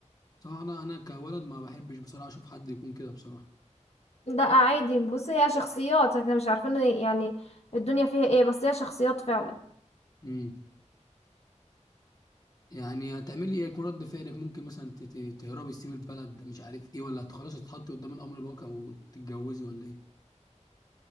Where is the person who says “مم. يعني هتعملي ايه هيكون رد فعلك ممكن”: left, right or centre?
Left